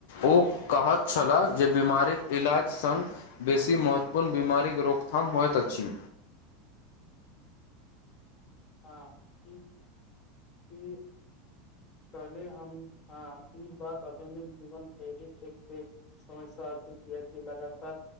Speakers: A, on the left; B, on the left.
A: ओ कहत छल्लाह जे बीमारीक इलाज सङ्ग बेसी महत्वपूर्ण बीमारीक रोकथाम होइत अछि
B: आ ई ह कहले हम हँ ई बात आधुनिक जीवन शैली समस्या छै की <unintelligible> अ छै लगातार